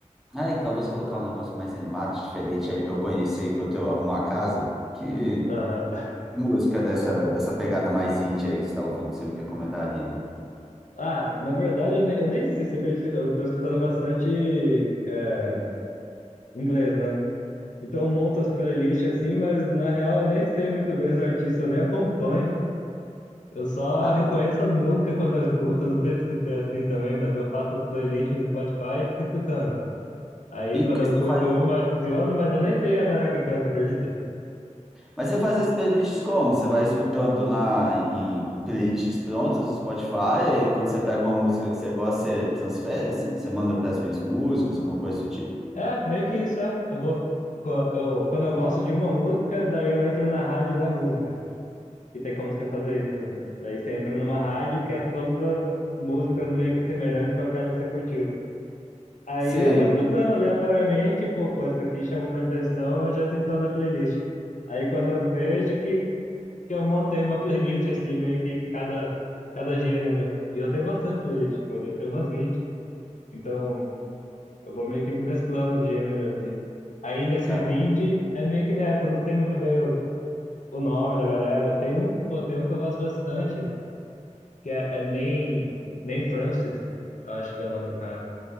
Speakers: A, in the centre; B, on the left (about 70°).
A: Aí, talvez colocar um negócio mais animado, diferente aí pra eu conhecer enquanto eu arrumo a casa. Que
B: Aham.
A: música dessa, dessa pegada mais indie aí que você tá ouvindo, você me recomendaria?
B: Ah, na verdade, eu nem, eu nem sei se você acredita que eu tô escutando bastante é, inglês, né? Então eu monto as playlists assim, mas na real eu nem sei muito bem os artistas, eu nem acompanho. Eu só
A: Ah,
B: reconheço as músicas quando eu escuto, não sei se você é assim também, mas eu faço as playlists no Spotify e fico escutando. Aí
A: E
B: quando
A: você
B: eu curto
A: faz
B: uma, eu adiciono, mas eu nem sei a galera que canta, acredita?
A: Mas você faz as playlists como? Você vai escutando na, em, em playlists prontas do Spotify e quando você pega uma música que você gosta, você transfere assim? Você manda para as minhas músicas, alguma coisa do tipo?
B: É, meio que isso, é. Eu vou, co- eu, quando eu gosto de uma música, daí eu entro na rádio da música. E tem como você fazer isso. né? Daí você entra numa rádio que é todas as músicas meio que semelhantes com aquela que você curtiu. Aí
A: Sei,
B: eu vou escutando aleatoriamente, pô, pô, isso aqui chamou minha atenção, eu já adiciono na playlist. Aí quando eu vejo que que eu montei uma playlist, assim, meio que cada, cada gênero, né? E eu tenho bastante playlist, pô, deve ter umas 20. Então, eu vou meio que mesclando os gêneros, assim. Aí, nesses
A: cara.
B: indie, é meio que nessa, eu não sei muito bem o, o nome da galera. Tem um, pô, tem um que eu gosto bastante, que é, é Nem, Nem Francis, eu acho que é o nome do cara.